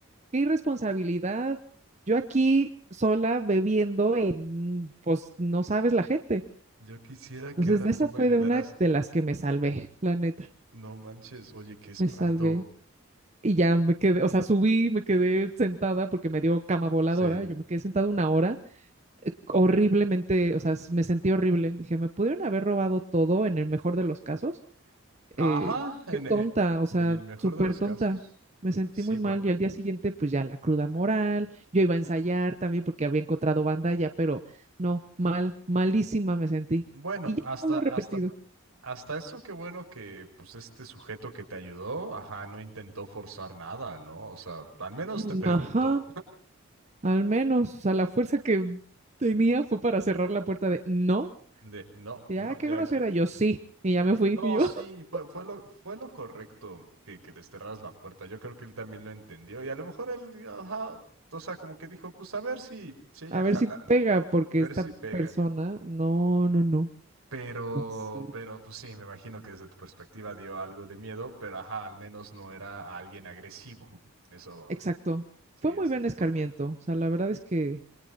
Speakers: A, on the right; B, on the right.
A: qué irresponsabilidad. Yo aquí sola bebiendo y mm, pues no sabes la gente.
B: Yo quisiera que
A: Entonces,
B: ahora
A: de
B: tú
A: esa
B: me
A: fue
B: ayudaras.
A: de una de las que me salvé, la neta,
B: No manches, oye, qué espanto.
A: me salvé. Y ya me quedé, o sea, subí, me quedé sentada porque me dio cama voladora.
B: Sí.
A: Yo me quedé sentada una hora, eh, horriblemente, o sea, s- me sentí horrible. Dije, me pudieron haber robado todo en el mejor de los casos.
B: Ajá,
A: Eh,
B: en,
A: qué tonta,
B: e-
A: o sea,
B: en el mejor
A: súper
B: de los
A: tonta.
B: casos.
A: Me sentí
B: Sí,
A: muy
B: porque,
A: mal y al día siguiente, pues ya la cruda moral. Yo iba a ensayar también porque había encontrado banda ya, pero no, mal, malísima me sentí.
B: bueno,
A: Y ya
B: hasta,
A: no lo he
B: hasta,
A: repetido.
B: hasta eso, qué bueno que, pues, este sujeto que te ayudó, ajá, no intentó forzar nada, ¿no? O sea, al menos
A: Mm,
B: te preguntó.
A: Ajá. Al menos, o sea, la fuerza que tenía fue para cerrar la puerta de no.
B: De, no,
A: Ya,
B: no,
A: qué
B: ya
A: grosera.
B: aquí.
A: Yo sí. Y ya me fui.
B: No,
A: Y yo,
B: sí,
A: <laughs>
B: fue, fue lo, fue lo correcto que, que les cerraras la puerta. Yo creo que él también lo entendió y a lo mejor él, ajá, o sea, como que dijo, pues a ver si, si ella
A: a
B: jala,
A: ver si pega,
B: ¿no?
A: porque
B: Ver
A: esta
B: si pega.
A: persona, no, no, no.
B: Pero,
A: Ya sí.
B: pero, pues sí, me imagino que desde tu perspectiva dio algo de miedo, pero ajá, al menos no era alguien agresivo. Eso,
A: Exacto.
B: sí,
A: Fue
B: esa
A: muy buen
B: es la
A: escarmiento.
B: parte buena.
A: O sea, la verdad es que,